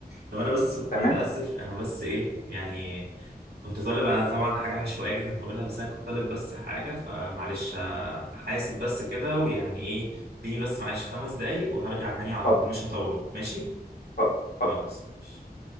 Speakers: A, on the right; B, on the left.
A: طب انا بس
B: تمام؟
A: متاسف انا بس ايه يعني كنت طالب انا طبعا حاجه عشوائيه جدا هقولها بس انا كنت طالب بس حاجه فمعلش ه- هحاسب بس كده ويعني ايه اديني بس معلش خمس دقايق وهرجع تاني على
B: اتفضل
A: طول مش هطول ماشي
B: اتفضل اتفضل
A: خلاص ماشي